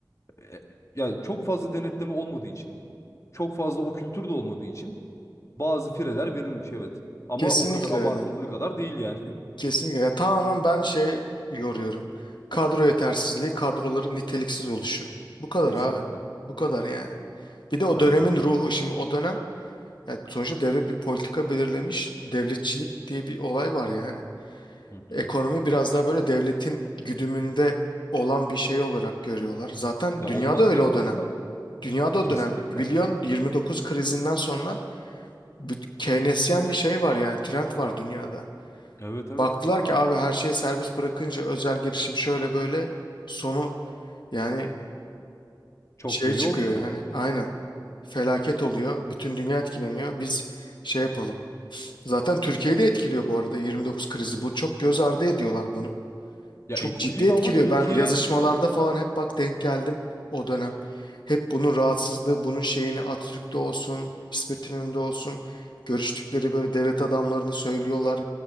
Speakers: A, on the left; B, on the left.
A: E, yani çok fazla denetleme olmadığı için, çok fazla o kültür de olmadığı için bazı fireler verilmiş evet. Ama
B: Kesinlikle
A: o kadar abartıldığı
B: öyle.
A: kadar değil yani. <laughs>
B: Kesinlikle. Ya tamamen ben şey yoruyorum. Kadro yetersizliği, kadroların niteliksiz oluşu. Bu kadar
A: Kesinlikle.
B: abi. Bu kadar yani. Bir de o
A: Aynen
B: dönemin
A: öyle.
B: ruhu. Şimdi o dönem Yani sonuçta devlet bir politika belirlemiş. Devletçilik diye bir olay var yani.
A: Hı hı.
B: Ekonomi biraz daha böyle devletin güdümünde olan bir şey olarak görüyorlar. Zaten
A: Ya
B: dünyada
A: olmak
B: öyle
A: da zorunda.
B: o dönem. Dünyada
A: E, kesinlikle.
B: o dönem biliyorsun 29 krizinden sonra bir Keynesyen bir şey var yani trend var dünyada.
A: Evet evet.
B: Baktılar ki abi her şeyi serbest bırakınca özel girişim şöyle böyle sonu yani
A: Çok
B: şey
A: da iyi
B: çıkıyor
A: olmuyor.
B: yani aynen felaket oluyor. Bütün dünya etkileniyor. Biz şey yapalım. Zaten Türkiye'de etkiliyor bu arada 29 krizi. Bu çok göz ardı ediyorlar bunu.
A: Ya
B: Çok
A: etkiliyor
B: ciddi etkiliyor.
A: ama Türkiye
B: Ben yazışmalarda falan hep bak denk geldim o dönem. Hep bunun rahatsızlığı, bunun şeyini Atatürk'te olsun, İsmet İnönü'nde olsun. Görüştükleri böyle devlet adamlarını söylüyorlar.